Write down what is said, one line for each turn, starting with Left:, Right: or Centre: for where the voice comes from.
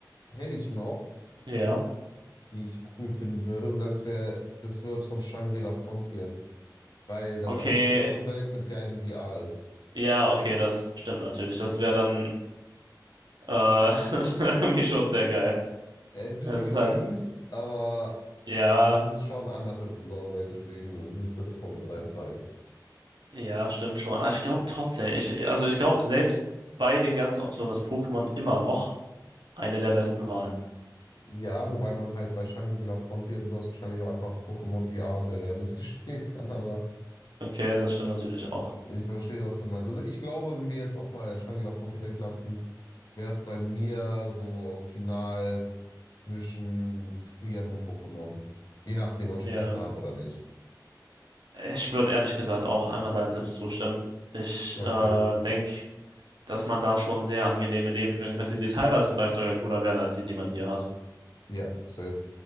Left: hätte ich noch.
Right: Ja.
Left: die ich cool finden würde. Und das wäre, das wäre es von Shangri-La Frontier, weil das
Right: Okay,
Left: einfach unsere Welt mit geilem VR ist.
Right: ja, okay, das stimmt natürlich. Das wäre dann äh, <laughs> irgendwie schon sehr geil.
Left: Er ist ein bisschen
Right: Es
Left: gecheased,
Right: ist halt,
Left: aber
Right: ja,
Left: es ist schon anders als unsere Welt, deswegen müsste das noch mit reinfallen.
Right: ja, stimmt schon. Aber ich glaube trotzdem, ich, also ich glaube, selbst bei den ganzen Optionen ist Pokémon immer noch eine der besten Wahlen.
Left: Ja, wobei man halt bei Shangri-La Frontier im Verse wahrscheinlich auch einfach Pokémon VR sehr realistisch <laughs> spielen kann, aber
Right: Okay, das stimmt natürlich auch.
Left: ich verstehe, was du meinst. Also ich glaube, wenn wir jetzt auch mal Shangri-La Frontier weglassen, wäre es bei mir so final zwischen Frieren und Pokémon. Je nachdem, ob ich
Right: Ja.
Left: Kräfte habe oder nicht.
Right: Ich würde ehrlich gesagt auch einfach deinen Tipps zustimmen. Ich
Left: Okay.
Right: äh, denke, dass man da schon sehr angenehme Leben führen könnte, die teilweise vielleicht sogar cooler wären als die, die man hier hat.
Left: Ja, safe.